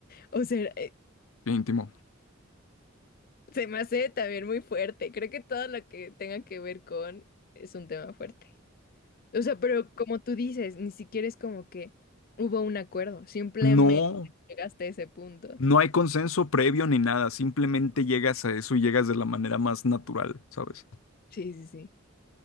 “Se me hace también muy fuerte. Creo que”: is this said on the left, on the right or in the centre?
Left